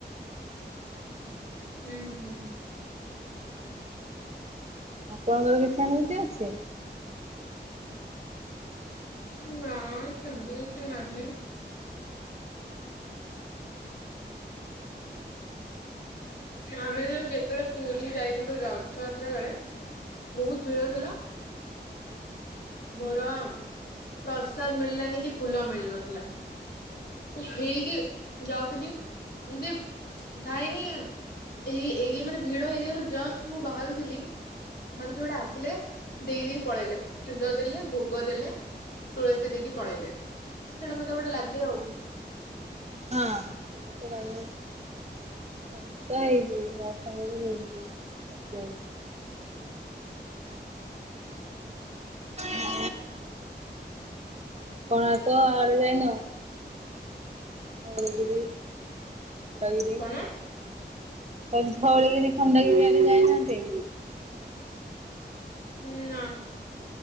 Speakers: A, on the left; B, on the right.
A: ହୁଁ ହୁଁ
B: ଆପଣଙ୍କର କିଛି ଅନୁମତି ଅଛି <inaudible>
A: ନା ସେମିତି କିଛି ନାହିଁ। ଆମେ ଯେ ଯେତେବେଳେ ପୁରୀ ଯାଇଥିଲୁ ରଥଯାତ୍ରା ବେଳେ ବହୁତ ଭିଡ ଥିଲା। ମୋର ପ୍ରସାଦ ମିଳିଲାନି କି ଫୁଲ ମିଳିନଥିଲା। ମୁଁ ଫେରିକି ଯାଉଥିଲି ଯେ ଥାଇନି। ଏଇ ଏରିଆ ମାନେ ଭିଡ ଏରିଆରୁ ଜଷ୍ଟ୍ ମୁଁ ବାହାରୁଥିଲି ମତେ କିଏ ଗୋଟେ ଆସିଲେ ଦେଇ ଦେଇ ପଳେଇଲେ। ଫୁଲ ଦେଲେ, ଭୋଗ ଦେଲେ, ତୁଳସୀ ଦେଇକି ପଳେଇଲେ ସେଇଟା ମତେ ଗୋଟେ ଲାଗେ ଆଉ।
B: ହଁ <unintelligible> ସେମିତା ହେଇଯିବି ମୋ ସାଙ୍ଗେ ବି ହେଇଯିବ ସେମିତି ହେଇଛି। ଆ କଣ ତ ଆଡେ ଯାଇନ। ମଳଗିରି ଭଣ୍ଡଗିରି
A: କଣ
B: <inaudible> ତ ଧଉଳିିକିରି ଖଣ୍ଡଗିରି ଆଣି ଯାଇନାହାନ୍ତି।
A: ହୁଁ ନା।